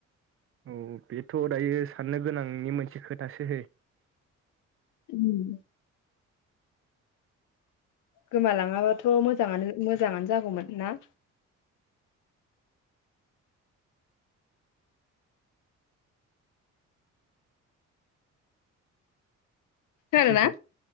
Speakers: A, on the right; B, on the left.
A: औ बेथ' दायो साननो गोनांनि मोनसे खोथासो
B: उम। गोमालाङाबाथ' मोजाङानो मोजाङानो जागौमोन ना? खोनादों
A: सैथो
B: ना